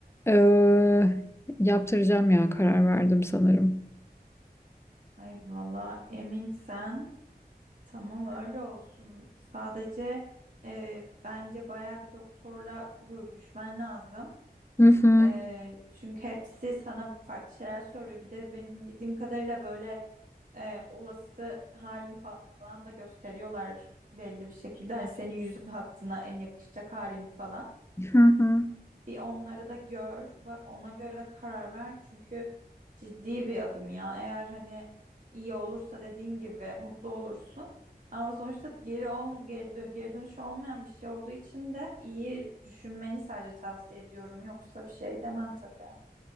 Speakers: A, on the left (about 15°); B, on the right (about 55°).
A: eee, Yaptıracağım ya karar verdim sanırım.
B: Ay valla emin sen. Tamam öyle olsun. Sadece e, bence bayağı bir doktorla görüşmen lazım.
A: Hı hı,
B: Eee, çünkü hepsi sana farklı şeyler söylüyor. Bir de benim bildiğim kadarıyla böyle eee, olası halini falan da gösteriyorlar belli bir şekilde. Hani senin yüz hattına en yakışacak halini falan.
A: hı hı.
B: Bir onları da gör, bak ona göre karar ver. Çünkü ciddi bir adım ya. Eğer hani iyi olursa dediğin gibi mutlu olursun. Ama sonuçta geri ol, geri, dön geri dönüşü olmayan bir şey olduğu için de iyi düşünmeni sadece tavsiye ediyorum. Yoksa bir şey demem tabii.